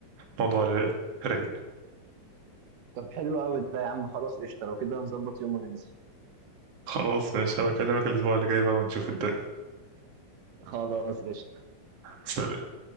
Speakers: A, on the right; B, on the right.
A: فالموضوع رايق
B: <laughs> طب حلو قوي ده يا عم خلاص قشطه لو كده نظبط يوم وننزل
A: خلاص ماشي هبكلمك الاسبوع اللي جاي بقى ونشوف الدنيا
B: خلاص قشطه
A: سلام